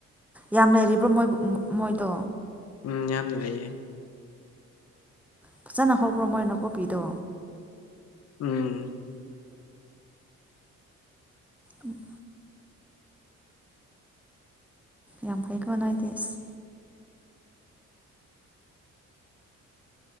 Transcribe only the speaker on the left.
ꯎꯝ ꯌꯥꯝ ꯂꯩꯌꯦ
ꯎꯝ